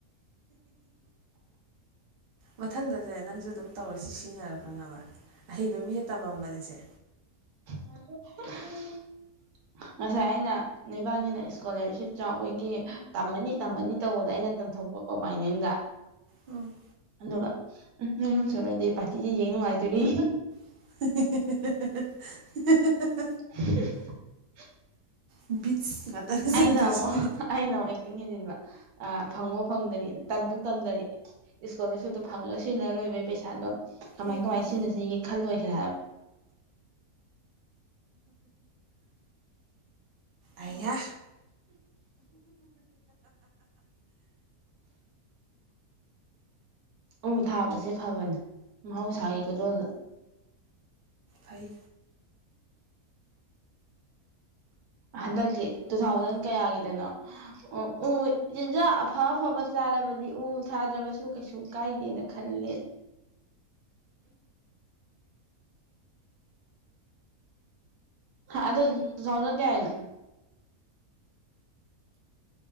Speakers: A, on the right (about 55°); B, on the right (about 80°).
A: ꯃꯊꯪꯗꯅꯦ ꯅꯪꯁꯨ ꯑꯗꯨꯝ ꯇꯧꯔ ꯁꯤ ꯁꯤꯖꯤꯟꯅꯔꯣ ꯈꯪꯉꯕ ꯑꯍꯩꯕ ꯃꯤꯅ ꯇꯝꯃꯝꯕꯅꯤꯁꯦ
B: <unintelligible> ꯉꯁꯥꯏ ꯑꯩꯅ ꯅꯕꯥꯅꯤꯅ ꯏꯁꯀꯣꯂꯥꯔꯁꯤꯞ ꯆꯥꯎꯕꯒꯤ ꯇꯝꯃꯅꯤ ꯇꯝꯃꯅꯤ ꯇꯧꯕꯗ ꯑꯩꯅ ꯇꯝꯊꯣꯛꯄ ꯄꯣ ꯃꯥꯏꯅꯦꯗ
A: ꯎꯝ
B: ꯑꯗꯨꯒ ꯎꯝ ꯁꯣꯏꯨꯔꯗꯤ ꯄꯥꯔꯇꯤꯗꯤꯦ ꯌꯦꯡ ꯅꯨꯡꯉꯥꯏꯗꯨꯣꯏꯅꯤ
A: <unintelligible>
B: <unintelligible>
A: ꯕꯤꯠꯁ ꯉꯥꯛꯇꯅꯦ ꯆꯪꯗꯣꯏꯁꯦ
B: ꯑꯩꯅ ꯑꯃꯨꯛ ꯑꯩꯅ ꯑꯃꯨꯛ ꯑꯦꯛꯇꯤꯡ ꯍꯦꯟꯖꯤꯟꯕ ꯐꯪꯕꯣ ꯐꯪꯗꯅꯤꯗ ꯇꯝ ꯇꯝꯗ ꯏꯁꯀꯣꯂꯔꯁꯤꯞꯇꯣ ꯐꯪꯉꯒ ꯁꯤꯨꯅ ꯂꯣꯏꯕꯒꯤ ꯄꯩꯁꯥꯗꯣ ꯀꯃꯥꯏ
A: ꯂꯦꯞꯄꯤꯔꯣ
B: ꯀꯃꯥꯏꯅ ꯁꯤꯟꯅꯁꯤꯒꯦ ꯈꯜꯂꯣꯏꯁꯤꯦꯔꯥ ꯍꯥꯏꯕ
A: ꯑꯌꯥ
B: ꯎ ꯊꯥꯕꯁꯦ ꯐꯕꯅꯦ ꯃꯍꯧꯁꯥꯒꯤ ꯈꯨꯗꯣꯜꯗ
A: ꯐꯩ
B: ꯍꯟꯗꯛꯀꯤ ꯇꯨ ꯊꯥꯎꯖꯟ ꯀꯌꯥꯒꯤꯗꯅꯣ ꯎ ꯎ ꯆꯤꯟꯖꯥꯛ ꯑꯐ ꯑꯐꯕ ꯆꯥꯔꯕꯗꯤ ꯎ ꯊꯥꯗ꯭ꯔꯕꯁꯨ ꯀꯩꯁꯨ ꯀꯥꯏꯗꯦ ꯈꯜꯂꯦ ꯑꯗ ꯁꯖ ꯀꯦ ꯍꯥꯏꯅ ꯎ